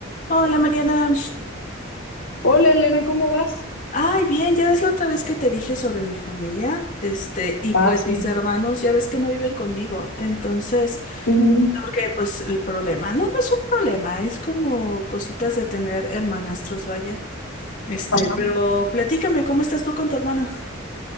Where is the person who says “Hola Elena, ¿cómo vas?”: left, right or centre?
Left